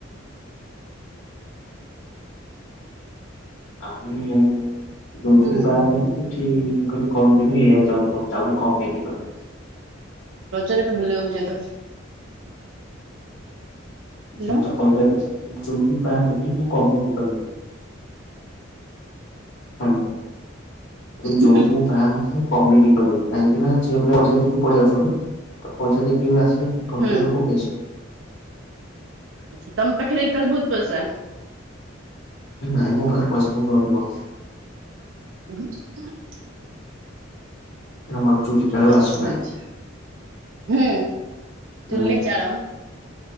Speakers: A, on the left; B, on the right.
A: ଆଗରୁ ଯୋଉ ଯୋଉଁଠି
B: ହୁଁ
A: ବାହାହେଇଥିଲୁ। ସେଠି ମୁଁ କେବେ କହିବିନି ଏଇଆ ଜବ କର ଆହୁରି କମେଇକି କହିବି।
B: ରଜରେ ତ ବୁଲିବାକୁ ଯାଏଁ ତ। ହ୍ୟାଲୋ
A: ସିଏତ ତ କହିଲାନି ଯୋଉଁଥିପାଇଁ ମୁଁ ବି କମେଇକି କହିବି। ହୁଁ। ମୁଁ କହିଲି
B: ହୁଁ
A: ଯୋଉଠି ମୁଁ ବାହାହେବି କମେଇକି ଠିଁକୀ କହିଲେ ବି କାହିଁକି ନାଁ ଝିଅ ପିଲା ପଇସା ଦେଖି ପଳେଇଆସଛନ୍ତି ତ ପଇସା ଦେଖିକି ଆସିଲେ। ଭଲ
B: ହୁଁ
A: ପାଇବା କୋଉଠୁଁ ଆସିବ।
B: ଆଚ୍ଛା, ତମ ପାଖରେ ତାହେଲେ ବହୁତ୍ ପଇସା?
A: ନାଇଁ ମୋ ପାଖରେ ପଇସା କଣ କରିବ?
B: <unintelligible> ଆଚ୍ଛା
A: ଆମର ଚୁଲି ଚାଳ
B: ଆଚ୍ଛା।
A: ବାସ ନାହିଁ
B: ହୁଁ
A: ହୁଁ
B: ଚୁଲି ଚାଳ